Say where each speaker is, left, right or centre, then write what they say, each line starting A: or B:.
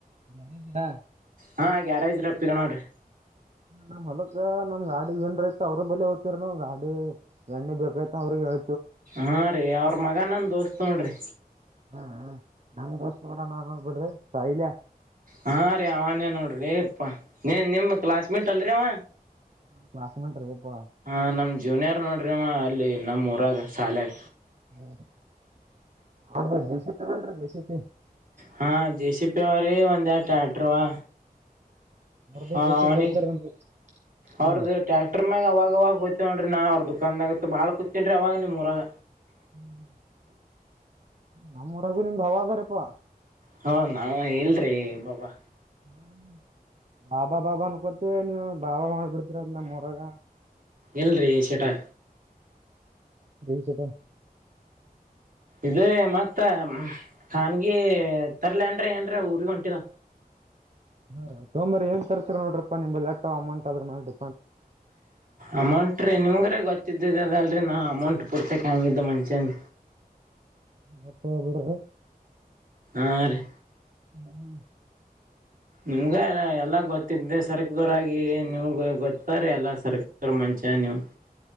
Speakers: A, on the right; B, on the right.
A: ಯಾರ ಹ
B: ಹಾ ಗ್ಯಾರೇಜ್ ರಪ್ಪಿಕಣವ್ರೀ
A: ನಮ್ ಹೊಲಕ್ಕ ನಮ್ ಗಾಡಿ ಏನ್ರ ಐತ ಅವ್ರ ಬೇಲೆ ಹೋಗ್ತ ನಾವು ಗಾಡಿ ಎಣ್ಣ ಬೇಕಾಯತ ಅವ್ರಿಗೆ ಹ
B: ಹಾ ರೀ ಅವ್ರ ಮಗ ನನ್ ದೋಸ್ತ್ ನೋಡ್ರಿ
A: ಹೂ ಹ ನಂಗ ದೋಸ್ ಕೂಡ ನಾನ್ ನೋ ಬಿಡ್ರಿ ಸೈಲ್ಯ
B: ಹಾ ರೀ ಅವನೇ ನೋಡ್ರಿ ಪ್ಪಾ ನೀ ನಿಮ ಕ್ಲಾಸ್ ಮೇಟ್ ಅಲ್ರಿವ
A: ಕ್ಲಾಸ್ಮೇಟ್ ರೀ ಯಪ್ಪಾ
B: ಹ ನಾಮ್ ಜೂನಿಯರ್ ನೋಡ ಅಲ್ಲಿ ನಮ್ಮ್ೂಊರಾಗ ಶಾಲಾಗ
A: ಹೂ ಅವರದು ಜೆಸಿಬಿ ಜೆಸಿಬಿ ಆದ ಅಲ್ಲ
B: ಹಾ ಜೆ ಸಿ ಪಿ ವರ ಒಂದು ಎರೆಡು ಟ್ರ್ಯಾಕ್ಟರ್ವಾ
A: ಅವ್ರ್ದೇ
B: ಹ
A: ಜೆಸಿಪಿ
B: ಅವನ
A: ಬರ್ತಾರ ನಮ್
B: ಅವ್ರದು
A: ಹ್ಮ್
B: ಟ್ಯಾಕ್ಟರ್ ಮ್ಯಾಗ ಅವಾಗ ಆಾಗ ಹೋ್ೇವ ನೋನ್ಿ ನಾ ಅವ್ರರುದುಖಾದಾಗತ್ತು ಬಾಳ ಕುೂತೇನ್ೀ ಅವಾಗ ನಿಮೂಊರಾಗ
A: ಹೂ ನಮ್ಮೂರಾಗು ನಿಂದು ಅವ ಅದಾರಪ್ಪ
B: ಹಾ ನಾ ಹೇಳಲ್ರಿೀ ಬಾಬಾ
A: ಹೂ ಬಾಬಾ ಬಾಬಾ ಅನ್ಕೋತಿ ನೀವು ಬಾಬಾ ಮಾಡ್ಬಿಡ್ತಿರ ಅದ ನಮ್ಮ ಹೊರಗ
B: ಎಲ್ರರಿ ಶೇಠಾ
A: ರೈನ್ಶೆಟ
B: ಇ ಮತ್ತ ಖನ್ಗಿ ತರ್ಲಯನ್್ರ ಏನ್ರ ಊರ್ಗ ಹೊಂಟಿದ.
A: ಹ ತೊಂಬರಿ ಏನ್ ತರ್ಸ ನೋಡ್ರಪ್ಪ ನಿಮ್ ಲೆಟ್ಟಟ್ ಅಮೌಂಟ್ ಆದ್ ಮಾಡಿ.
B: ಅಮಟ್ರೆ ನಿಮಗೆ ಗ ಅದಲ್ರಿ ನಾ ಅಮೌಂಟ್ ಪೂರ್ಸಕ ಹಂಗಿದ್ದ ಮಂಷನ್.
A: ಮಪ್ಪ ಬಡದು.
B: ಆ ರೀ
A: ಹ್ಮ ಹ್ಮ್
B: ನಿಮ್ಗ ಎಲ್ಲ ಗೊತ್ತಿದ್ದ ಸರಕದೋರಗಿ ನಿಮ್ಗ ಗೊತ್ತಾರ ಎಲ್ಲಾ ಸರಕದವ್ರ ಮಂ.. ಜನ್ವು